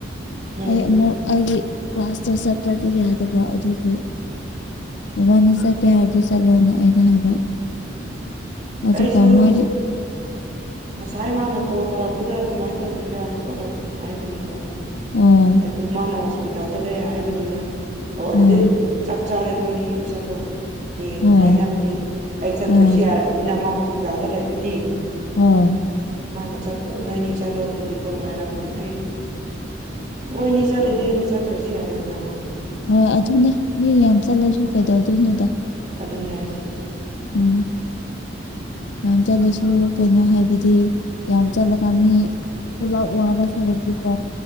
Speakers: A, on the right; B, on the left.
A: ꯎꯝ
B: ꯑꯩ ꯑꯃꯨꯛ ꯑꯩꯒꯤ ꯀ꯭ꯂꯥꯁꯇꯨ ꯆꯠꯇ꯭ꯔꯗꯤ ꯌꯥꯗꯕ ꯑꯗꯨꯒꯤ ꯋꯥꯅꯤꯁ ꯀꯦ ꯍꯥꯏꯔꯗꯤ ꯆꯠꯂꯣꯅ ꯑꯩꯅ ꯍꯥꯏꯕ ꯑꯗꯨꯒ
A: ꯑꯩꯁꯨ
B: ꯃꯥꯗꯤ
A: ꯉꯁꯥꯏ ꯃꯥꯅ ꯀꯣꯜ ꯇꯧꯔꯛꯄꯗ ꯀꯃꯥꯏꯅ ꯇꯧꯗꯣꯏꯔ ꯈꯣꯠꯂ ꯍꯥꯏꯕꯅꯦꯕ
B: ꯑꯣ
A: ꯑꯗꯨ ꯃꯥꯅ ꯍꯣꯁꯄꯤꯇꯥꯜꯗ ꯂꯩ ꯍꯥꯏꯕ ꯑꯣ ꯑꯗꯨꯗꯤ
B: ꯑꯣ
A: ꯆꯞ ꯆꯥꯔꯦ ꯅꯣꯏꯅꯤ ꯆꯠꯂꯣ ꯍꯌꯦꯡ
B: ꯍꯣꯏ
A: ꯍꯥꯏꯅꯕꯅꯦ ꯑꯩ ꯆꯠꯇ꯭ꯔꯨꯁꯨ
B: ꯎꯝ
A: ꯌꯥꯔꯕ ꯃ ꯍꯣꯁꯄꯤꯇꯥꯜꯗ ꯂꯩꯔꯗꯤ
B: ꯍꯣꯏ
A: ꯃꯥꯅ ꯆꯠꯄꯣ ꯅꯣꯏꯅꯤ ꯆꯠꯂꯣ ꯑꯗꯨꯗꯤ ꯀꯣꯟꯅ ꯍꯥꯏꯔꯝꯅꯦ ꯑꯩ ꯑꯣꯏꯣꯏꯅꯤ ꯆꯠꯂꯗꯤ ꯑꯩꯅ ꯆꯠꯇ꯭ꯔꯁꯨ ꯌꯥꯔꯦꯗꯅ
B: ꯍꯣꯏ ꯑꯗꯨꯅꯦ ꯃꯤ ꯌꯥꯝ ꯆꯠꯂꯁꯨ ꯀꯩꯗꯧꯗꯣꯏꯅꯣꯗ
A: ꯑꯗꯨꯅꯦ ꯍꯥꯏꯁꯦ
B: ꯎꯝ ꯌꯥꯝ ꯆꯠꯂꯁꯨ ꯀꯩꯅꯣ ꯍꯥꯏꯕ ꯍꯥꯏꯗꯤ ꯌꯥꯝ ꯆꯠꯂꯒ ꯃꯤ ꯄꯨꯂꯥꯛ ꯋꯥꯕ ꯁꯕꯛꯇꯤꯀꯣ